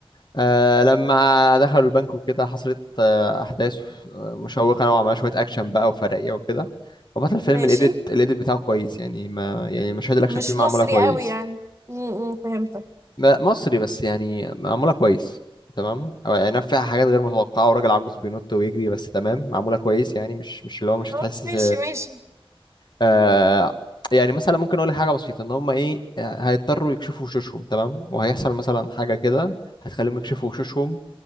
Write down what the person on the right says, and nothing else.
ماشي
مش
مصري
قوي يعني امم فهمتك
اه ماشي ماشي